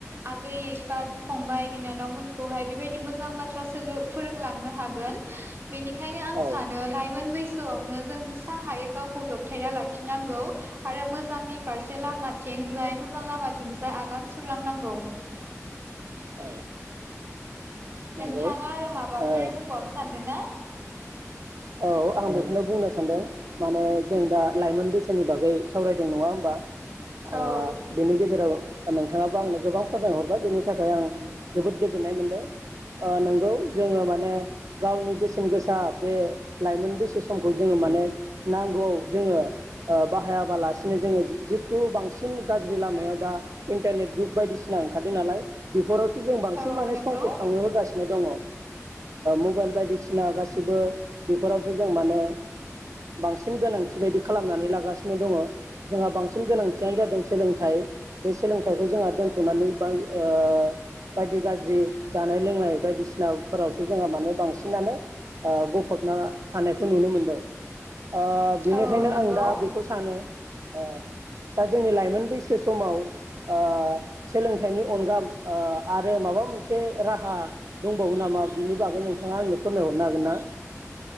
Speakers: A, on the right (about 45°); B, on the right (about 80°).
A: आगै बा फंबाय बिनानावमोनखौहाय बेबायदि मोजां बाथ्रा सोलो फोरोंलांनो हागोन बेनिखायनो आं
B: औ
A: सानो लाइमोन बैसोआवनो जों जेसेबां हायो गावखौ दबथायना लाखि नां गौ आरो मोजांनि फारसे लामाथिंजाय मोजां लामाथिंजाय आगान सुरलांनांगौ
B: औ नंगौ
A: नोंथाङा आरो माबा फोर
B: ओ
A: बुंबावनो सानदों ना
B: औ आं बेखौनो बुंनो सानदों माने जों दा लाइमोन बैसोनि बागै सावरायदों नङा होमबा
A: औ
B: ओ बेनि गेजेराव नोंथाङाबो आंनो गोबां फोरमायहरबाय बेनि थाखाय आं जोबोद गोजोननाय मोनदों ओ नंगौ जोङो माने गावनि बेसेन गोसा बे लाइमोन बैसो समखौ जोङो माने नांगौआव जोङो ओ बाहायाबालासिनो जोङो जि जिथु बांसिन गाज्रि लामायाव दा इन्टारनेट जुग बायदिसिना ओंखारदों नालाय बेफोरावसो जों बांसिन
A: औ
B: माने
A: नंगौ
B: समखौ थांनो होगासिनो दङ ओ मबाइल बायदिसिना गासिबो बेफोरावसो जों माने बांसिन गोनांथि बायदि खालामनानै लागासिनो दङ जोंहा बांसिन गोनांथियानो जादों सोलोंथाइ बे सोलोंथाइखौ जोंहा दोनथ'नानै बाय ओ बायदि गाज्रि जानाय लोंनाय बायदिसिनाफोरावसो जोंहा माने बांसिनानो गफ फबना थानायखौ नुनो मोनदों ओ बिनिखायनो
A: औ नंगौ
B: आं दा बेखौ सानो ओ दा जोंनि लाइमोन बैसो समाव ओ सोलोंथाइनि अनगा ओ आरो माबा मोनसे राहा दंबावो नामा बिनि बागै नोंथाङा आंनो फोरमायहरनो हागोन ना